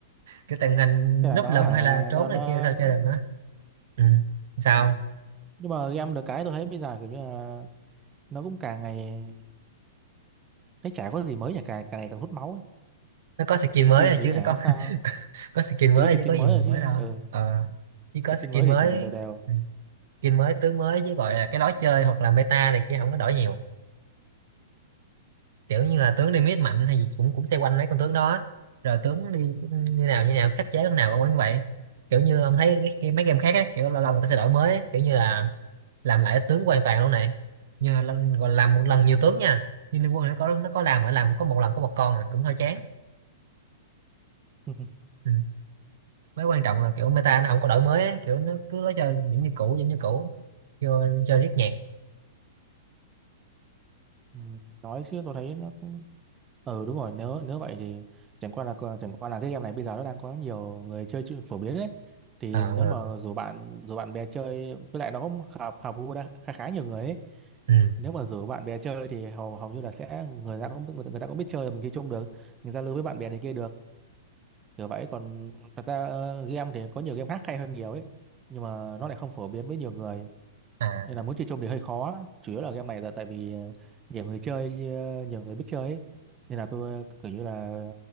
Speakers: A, on the right; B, on the right.
A: kiểu tàng hình
B: thế là
A: núp
B: nó
A: lùm
B: hả
A: hay là trốn
B: nó nó,
A: này kia sao
B: nó...
A: chơi được nữa ừ. sao
B: Ừ. nhưng mà game được cái tôi thấy bây giờ kiểu như là nó cũng càng ngày thấy chả có gì mới nhỉ càng càng ngày càng hút máu ấy.
A: nó có skin
B: skin
A: mới rồi
B: thì
A: chứ
B: hả
A: nó có
B: sao sao
A: <laughs> có skin
B: chỉ
A: mới
B: có skin
A: chứ có gì
B: mới thôi
A: mới
B: chứ
A: đâu
B: ừ.
A: ờ chỉ có
B: skin
A: skin
B: mới thì
A: mới
B: chuyển về đều đều
A: Ừ. skin mới tướng mới chứ gọi là cái lối chơi hoặc là meta này kia không có đổi nhiều kiểu như là tướng đi mid mạnh hay gì cũng cũng xoay quanh mấy con tướng đó rồi tướng đi như nào như nào khắc chế lúc nào cũng như vậy kiểu như ông thấy cái, cái, mấy game khác á kiểu lâu lâu người ta sẽ đổi mới á, kiểu như là làm lại tướng hoàn toàn luôn này như là, gọi là làm một lần nhiều tướng nha như Liên Quân nó có nó có làm mà làm có một lần có một con à cũng hơi chán
B: <laughs>
A: ừ. mới quan trọng là kiểu meta nó không có đổi mới á, kiểu nó cứ lối chơi vẫn như cũ vẫn như cũ vô chơi riết nhạc
B: ừ. nói chứ tôi thấy nó cũng ừ đúng rồi nếu nếu vậy thì chẳng qua là ờ, chẳng qua là cái game này bây giờ nó đang có nhiều người chơi, chơi phổ biến đấy thì
A: Ờ,
B: nếu mà rủ bạn rủ bạn bè chơi với lại nó cũng hợp hợp gu đa- khá khá nhiều người ấy
A: ừ.
B: nếu mà rủ bạn bè chơi thì hầu hầu như là sẽ người ta cũng người, ta- người ta cũng biết chơi rồi mình chơi chung được mình giao lưu với bạn bè này kia được kiểu vậy còn thật ra ờ, game thì có nhiều game khác hay hơn nhiều ấy nhưng mà nó lại không phổ biến với nhiều người
A: à,
B: nên là muốn chơi chung thì hơi khó chủ yếu là game này tại tại vì ờ, nhiều người chơi ờ, nhiều người biết chơi ấy. nên là tôi kiểu như là